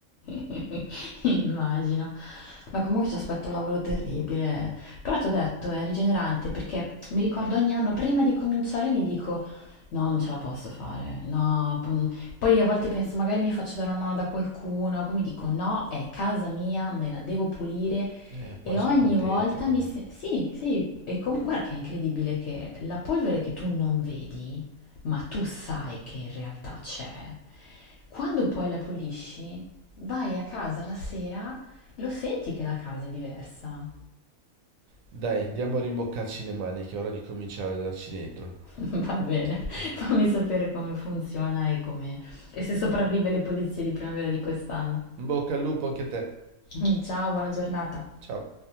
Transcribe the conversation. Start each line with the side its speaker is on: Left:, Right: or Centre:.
Left: <laughs> Immagino. Ma comunque ci aspetta un lavoro terribile però ti ho detto, è rigenerante perché mi ricordo ogni anno, prima di cominciare mi dico, no, non ce la posso fare, no. p- Poi a volte penso, magari mi faccio dare una mano da qualcuno, poi mi dico, no, è casa mia, me la devo pulire.
Right: Eh, poi
Left: E ogni
Right: sei contenta
Left: volta
Right: però.
Left: mi... se- Sì, sì, e com- guarda che è incredibile che la polvere che tu non vedi, ma tu sai che in realtà c'è, quando poi la pulisci, vai a casa la sera, lo senti che la casa è diversa.
Right: Dai, andiamo a rimboccarci le maniche, è ora di cominciare a darci dentro.
Left: <laughs> Va bene, fammi sapere come funziona e come e se sopravvive le pulizie di primavera di quest'anno.
Right: In bocca al lupo anche a te.
Left: <laughs> Ciao, buona giornata.
Right: Ciao.